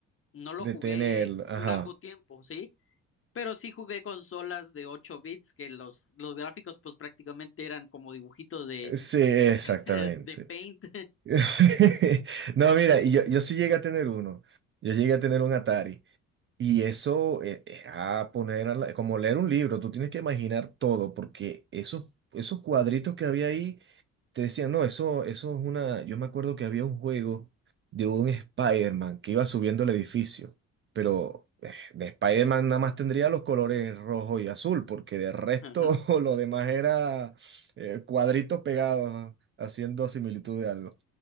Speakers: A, on the left; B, on the right.
A: No lo
B: Detenerlo,
A: jugué
B: ajá.
A: un largo tiempo, ¿sí? Pero sí jugué consolas de 8 bits que los, los gráficos pues prácticamente eran como dibujitos de,
B: Sí, exactamente.
A: <laughs> de Paint.
B: <laughs> No, mira, y yo, yo sí llegué a tener uno. Yo llegué a tener un Atari. Y eso eh, era poner a la- como leer un libro, tú tienes que imaginar todo, porque esos, esos cuadritos que había ahí te decían, no, eso, eso es una. Yo me acuerdo que había un juego de un Spider-Man que iba subiendo el edificio, pero eh, de Spider-Man nada más tendría los colores rojo y azul, porque de resto
A: <laughs>
B: <laughs> lo demás era eh, cuadritos pegados haciendo similitud de algo.